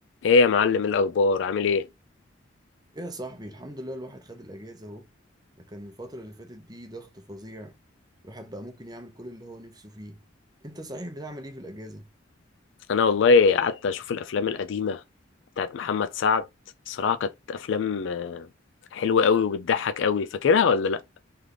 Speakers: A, on the left; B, on the right.
A: ايه يا معلم إيه الاخبار عامل ايه
B: ايه يا صاحبي الحمد لله الواحد خد الاجازه اهو لكن الفتره اللي فاتت دي ضغط فظيع الواحد بقى ممكن يعمل كل اللي هو نفسه فيه انت صحيح بتعمل ايه في الاجازه
A: انا والله قعدت اشوف الافلام القديمه بتاعت محمد سعد صراحه كانت افلام آه، حلوه قوي وبتضحك قوي فاكرها ولا لا